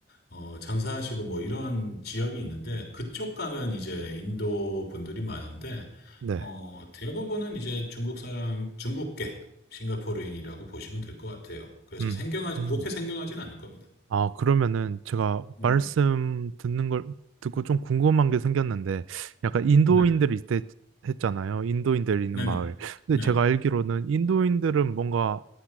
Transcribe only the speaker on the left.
어, 장사하시고 뭐 이런 지역이 있는데, 그쪽 가면 이제 인도 분들이 많은데,
어, 대부분은 이제 중국 사람, 중국계, 싱가포르인이라고 보시면 될 것 같아요. 그래서
생경하지,
그렇게 생경하진 않을 겁니다.
음,
네.
네네.
네.